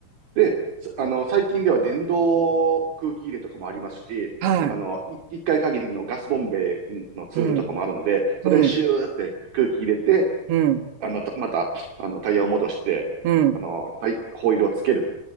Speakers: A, on the right; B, on the right.
A: で、すあの、最近では電動空気入れとかもありますし、
B: はい、
A: あの、い一回限りのガスボンベのツールとかもあるので、
B: うん、
A: それでシューって空気入れて、
B: うん、うん、
A: あの、たまた、あの、タイヤを戻して、
B: うん、
A: あの、タイ、ホイールをつける